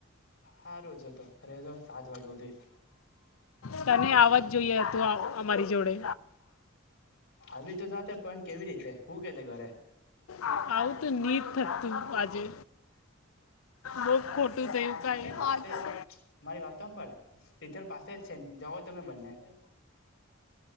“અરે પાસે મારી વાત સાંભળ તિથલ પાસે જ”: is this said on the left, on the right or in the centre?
Left